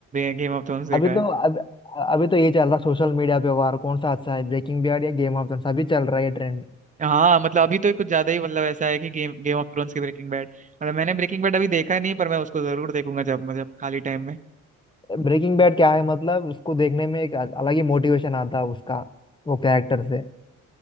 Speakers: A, on the right; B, on the left.
A: गेम ऑफ थ्रोन्स देखा
B: अभी
A: है
B: तो अब अभी तो ये चल रहा सोशल मीडिया पे वार कौन सा अच्छा है ब्रेकिंग बैड या गेम ऑफ थ्रोन्स अभी चल रहा है ये ट्रेंड
A: हाँ मतलब अभी तो कुछ ज्यादा ही मतलब ऐसा है कि गेम गेम ऑफ थ्रोन्स की ब्रेकिंग बैड मतलब मैंने ब्रेकिंग बैड अभी देखा नहीं पर मैं उसको जरूर देखूंगा जब मतलब खाली टाइम में
B: ब्रेकिंग बैड क्या है मतलब उसको देखने में एक अल- अलग ही मोटिवेशन आता है उसका वो कैरेक्टर से